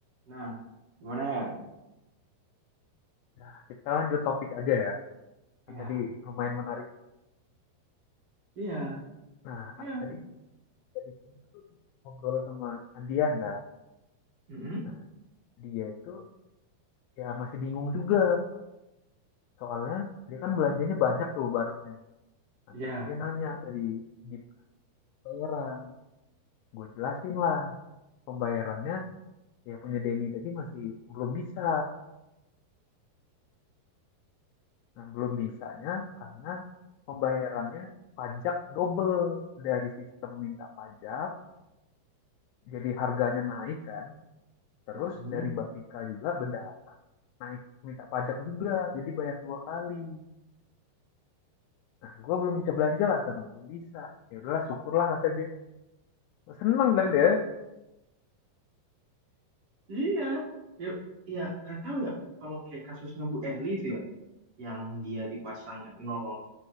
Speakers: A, on the right; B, on the left.
A: Nah, gimana Her?
B: Nah, kita lanjut topik aja ya. Kan
A: Ya,
B: tadi lumayan menarik.
A: iya,
B: Nah,
A: iya,
B: tadi dari sini tuh ngobrol sama Andian kan.
A: mm
B: Nah, dia itu ya masih bingung juga. Soalnya dia kan belanjanya banyak tuh barangnya. Nah,
A: iya,
B: terus dia nanya tadi gimana pembayaran. Gue jelasin lah pembayarannya ya punya Denny tadi masih belum bisa. Nah, belum bisanya karena pembayarannya pajak double dari sistem minta pajak jadi harganya naik kan Terus
A: mm
B: dari Bapika juga benda naik minta pajak juga, jadi bayar dua kali. Nah, gue belum bisa belanja lah sekarang, belum bisa. Ya udahlah, syukurlah kata dia. Seneng kan dia?
A: iya. Yuk, iya, nggak tahu ya. Kalau kayak kasusnya Bu Eli itu ya, yang dia dipasang nol